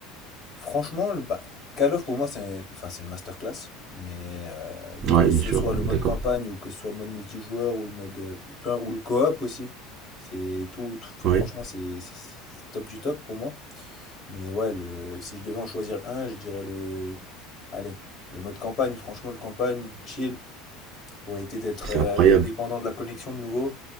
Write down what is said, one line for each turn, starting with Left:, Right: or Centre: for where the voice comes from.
Left: Franchement, le, bah, Call of pour moi, c'est enfin, c'est une masterclass. Mais euh,
Right: Ouais,
Left: que
Right: bien
Left: ce
Right: sûr,
Left: soit
Right: on
Left: le mode
Right: est d'accord.
Left: campagne ou que ce soit le mode multijoueur ou le mode euh, peu- ou le co-op aussi, c'est tout, tout- enfin,
Right: Ouais,
Left: franchement, c'est c'est- c'est top du top pour moi. Mais ouais, le, si je devais en choisir un, je dirais le. Allez, le mode campagne. Franchement, le campagne, chill. pour éviter d'être
Right: c'est
Left: euh,
Right: incroyable.
Left: d'être dépendant de la connexion de nouveau.